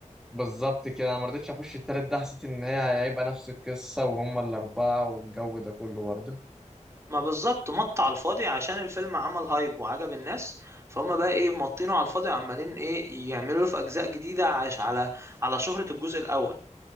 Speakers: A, in the centre; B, on the right.
A: بالظبط كده انا ما رضيتش اخش التالت ده حسيت ان هي هيبقى نفس القصه وهم الاربعه والجو ده كله برضه
B: ما بالظبط مط على الفاضي عشان الفيلم عمل هايب وعجب الناس فهم بقى إيه مطينه على الفاضي وعمالين إيه يعملوا له في أجزاء جديدة عش على على شهرة الجزء الأول